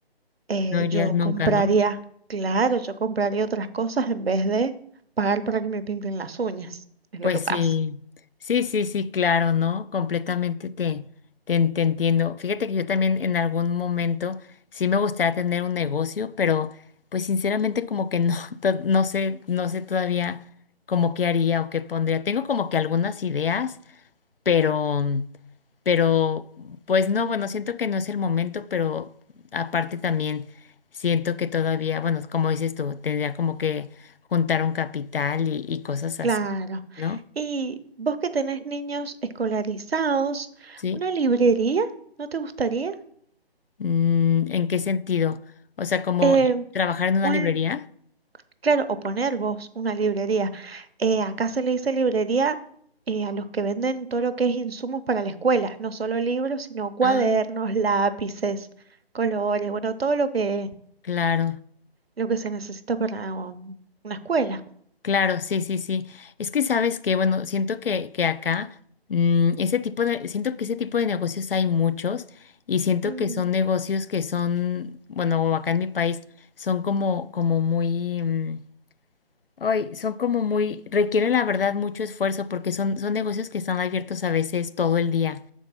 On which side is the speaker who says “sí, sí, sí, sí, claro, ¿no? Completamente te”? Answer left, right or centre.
Left